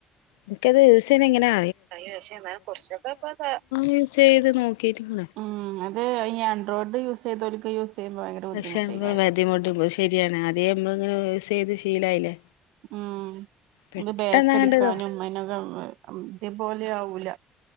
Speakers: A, on the left; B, on the right.
A: ഇൻക്കത് യുസേണ എങ്ങനാ
B: <unintelligible> കൊർച്ചൊക്കെപ്പപ്പ
A: യൂസ് ചെയ്ത് നോക്കിയിട്ടുണ്ട്
B: ഉം അത് അയ് ഞാൻ ഡ്രോട് യൂസെയ്‌തോൽക്ക് യൂസെയ്യുമ്പം ഭയങ്കര ബുദ്ധിമുട്ടേ
A: പക്ഷെ
B: ക്കാ
A: മതിമുട്ട് ശരിയാണ്. ആദ്യേ മ്മള് ഇങ്ങനെ ചെയ്ത് ശീലായില്ലേ.
B: ഉം
A: പെട്ടെന്ന്
B: ത് ബാക്കടിക്കാനും
A: അങ്ങട്ട് ഇതാ
B: <unintelligible> ഇതേ പോലെ ആവൂല.